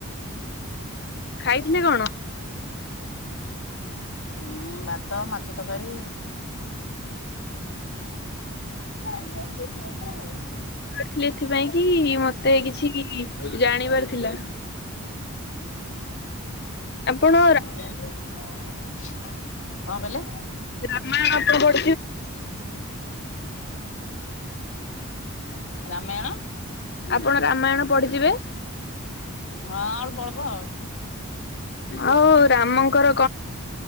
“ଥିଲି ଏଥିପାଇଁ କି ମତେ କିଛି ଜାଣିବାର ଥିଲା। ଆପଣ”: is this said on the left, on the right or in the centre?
Left